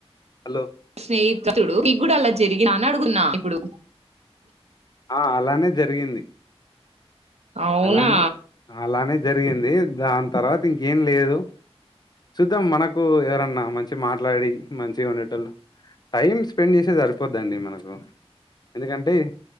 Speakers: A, on the left; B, on the right.
A: హలో.
B: స్నేహితుడు మిక్ గూడా అలా జరిగందా అని అడుగున్నాను ఇప్పుడు.
A: ఆ అలానే జరిగింది.
B: అవునా!.
A: అలానే అలానే జరిగింది. దాన్ తర్వాత ఇంకేం లేదు, చూద్దాం మనకు ఎవరన్నా మంచి మాట్లాడి, మంచిగా ఉండేటొళ్ళు. టైం స్పెండ్ జేసే సరిపోద్దండి మనకు, ఎందుకంటే.